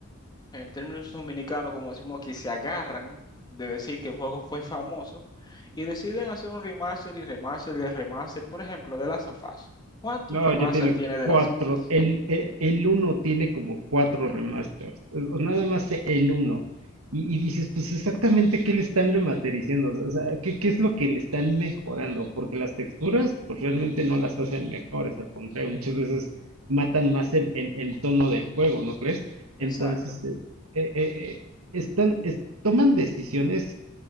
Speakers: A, on the left; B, on the right.
A: en términos dominicanos, como decimos aquí, se agarran de decir que el juego fue famoso y deciden hacer un remaster y remaster y remaster, por ejemplo, de las of Us. ¿Cuántos
B: No,
A: remaster
B: ya tiene
A: tiene de
B: cuatro.
A: las of Us?
B: El, el, el uno tiene como cuatro remasters. Es- o Nada más e- el uno. Y, y dices, pues exactamente qué le están remasterizando. O sea, ¿qué, qué es lo que le están mejorando? Porque las texturas, pues realmente no las hacen mejores. Al contrario, muchas veces matan más el, el, el tono del juego, ¿no crees? Entonces,
A: Exacto.
B: eh, eh, eh, eh, están, es- toman decisiones